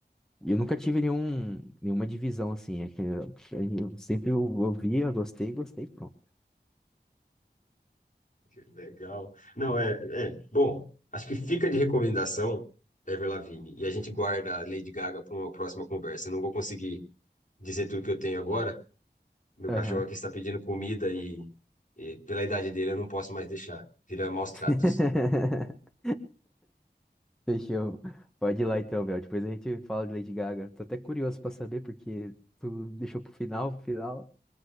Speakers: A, in the centre; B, on the left.
A: eu nunca tive nenhum, nenhuma divisão assim. É que eu, eu sempre ouvia, gostei, gostei, pronto.
B: Que legal. Não, é, é. Bom, acho que fica de recomendação Ever Lavigne. E a gente guarda a Lady Gaga para uma próxima conversa. Eu não vou conseguir dizer tudo que eu tenho agora. Meu
A: Aham.
B: cachorro aqui está pedindo comida e, e pela idade dele eu não posso mais deixar. Vira maus
A: <laughs>
B: tratos.
A: Fechou. Pode ir lá então, Bel. Depois a gente fala de Lady Gaga. Tô até curioso pra saber, porque tu deixou pro final, pro final.